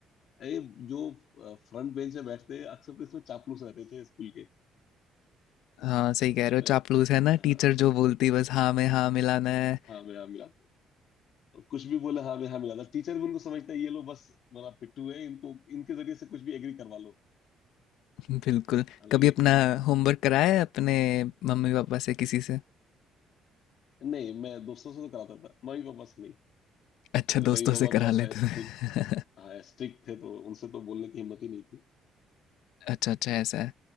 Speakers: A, on the left (about 65°); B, on the left (about 85°).
A: अरे जो फ्रंट बेंच में बैठते अक्सर तो इसमें चापलूस रहते थे स्कूल के
B: हाँ सही कह रहे हो
A: मैं
B: चापलूस है ना
A: अ,
B: टीचर जो बोलती बस हाँ में हाँ मिलाना है
A: हाँ मैं हाँ मिला था। और कुछ भी बोला हाँ मैं हाँ मिला था टीचर भी उनको समझता है ये लोग बस मेरा पिट्ठू है इनको इनके जरिए से कुछ भी एग्री करवा लो
B: <laughs> बिल्कुल
A: हालांकि
B: कभी अपना होमवर्क कराया है अपने मम्मी पापा से किसी से
A: नहीं मैं दोस्तों से तो कराता था मम्मी पापा से नहीं
B: अच्छा
A: मेरे
B: दोस्तों
A: मम्मी पापा
B: से करा
A: थोड़ा
B: लेते
A: सा स्ट्रिक्ट
B: थे
A: हाँ स्ट्रिक्ट थे तो उनसे तो बोलने की हिम्मत ही नहीं थी
B: <laughs> अच्छा अच्छा ऐसा है